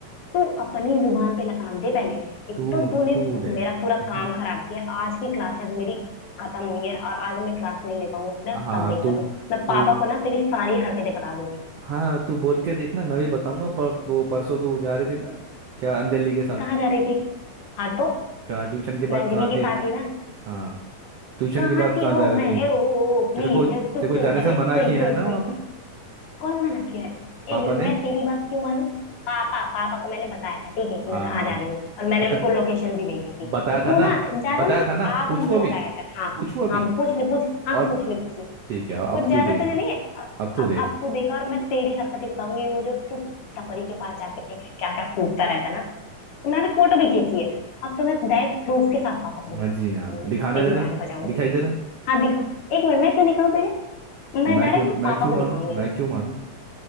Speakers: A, on the left; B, on the right.
A: तू अपनी जुबान पे लगाम दे पहले एक
B: तू
A: तो तूने
B: तू दे
A: मेरा पूरा
B: ठीक
A: काम
B: है ना
A: खराब किया आज की क्लासेस मेरी खत्म हुई है और आज मैं क्लास नहीं ले पाऊंगी ना
B: हाँ
A: तब देखना
B: तू
A: तू मैं
B: तू
A: पापा को ना तेरी सारी हरकतें बता दूंगी
B: हाँ तू बोल के देखना मैं भी बताऊंगा पर वो परसों तो जा रही थी ना क्या अंजलि के साथ
A: कहाँ जा रही थी हाँ तो
B: जहाँ ट्यूशन के बाद
A: मैं अंजलि
B: कहाँ
A: के
B: थी
A: साथ ही ना
B: हाँ ट्यूशन
A: कहाँ
B: के बाद
A: थी
B: कहाँ जा
A: ओ
B: रहे
A: मैं
B: थे
A: ओ, ओ, ओ
B: तेरे
A: प्लीज
B: को तेरे
A: तू
B: को
A: सुन
B: जाने
A: पहले
B: से मना
A: सुन
B: किया
A: सुन
B: है ना
A: सुन
B: वहाँ पे
A: कौन मना किया है
B: पापा
A: एक
B: ने
A: मैं तेरी बात क्यों मानूं पापा पापा को मैंने बताया था ठीक है कि
B: हाँ
A: मैं कहाँ जा रही हूँ और मैंने
B: अच्छा
A: उनको लोकेशन भी भेजी थी
B: बताया
A: तो
B: था
A: तू
B: ना
A: ना ज्यादा
B: बताया
A: ना
B: था ना
A: आग
B: पूछू
A: मत
B: अभी
A: लगाया कर हाँ
B: पूछू अभी
A: हाँ पूछ ले पूछ हाँ
B: और
A: पूछ ले पूछ ले
B: ठीक है अब
A: कुछ ज्यादा
B: तू देगा
A: तुझे नहीं है
B: अब तू
A: अब
B: देगा
A: अब तू देखा और मैं तेरी हरकतें बताऊंगी वो जो तू टपरी के पास जाके क्या क्या फूकता रहता ना तो मैंने फोटो भी खींची है अब तो मैं डायरेक्ट प्रूफ के साथ पापा को दिखाऊंगी
B: हाँ जी हाँ दिखाना
A: अब तेरी
B: जरा
A: बैंड बजाऊंगी
B: दिखाई जरा
A: हाँ दिखा एक मिनट मैं क्यों दिखाऊं तुझे मैं
B: मैं
A: डायरेक्ट
B: क्यों
A: ना
B: मैं
A: पापा
B: क्यों
A: को
B: मानूं
A: दिखाऊंगी
B: मैं क्यों मानूं